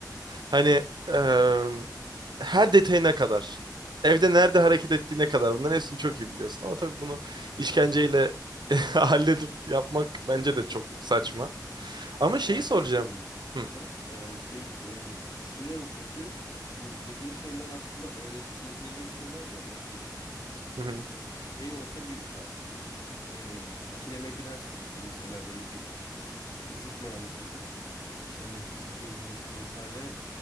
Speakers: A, on the right; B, on the left.
A: Hani eee, her detayına kadar. Evde nerede hareket ettiğine kadar. Bunların hepsini çok iyi biliyorsun. Ama tabii bunu işkenceyle <laughs> halledip yapmak bence
B: <laughs>
A: de çok saçma. Ama şeyi
B: Ya
A: soracağım.
B: şey için dedim.
A: Hı.
B: Hı hı. Ee, şey yani düşünüyorum çünkü bu dediğin şeyler aslında öğretilebilecek şeyler ya ne bileyim
A: Hı hı.
B: hani şey olsa bir a- e, ikileme girersin atıyorum mesela böyle bir fizik mühendisisin işte hani fizikle ilgilisin vesaire